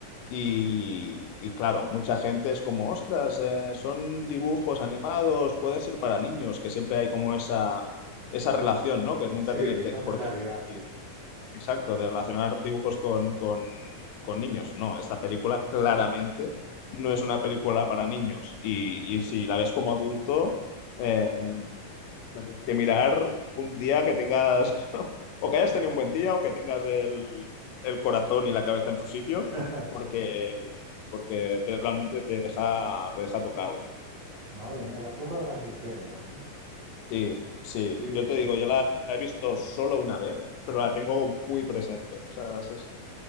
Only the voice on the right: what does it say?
Sí,
esa
mentalidad,
sí.
<laughs>
Madre mía, la tumba de las luciérnagas, ¿no?
Sí,
pues